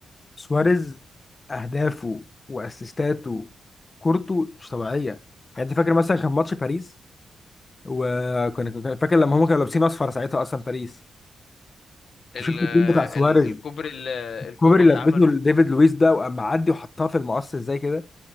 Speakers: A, on the left; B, on the left.
A: سواريز اهدافه واسيستاته كورته مش طبيعيه يعني انت فاكر مثلا كان ماتش باريس وكان كان- فاكر لما هم كانوا لابسين اصفر ساعتها اصلا باريس انت
B: ال
A: شفت الجول بتاع سواريز
B: ال الكوبري ال-
A: الكوبري
B: الكوبري اللي
A: اللي لبسته
B: عمله
A: لديفيد لويس ده وقام معدي وحطها في المقص ازاي كده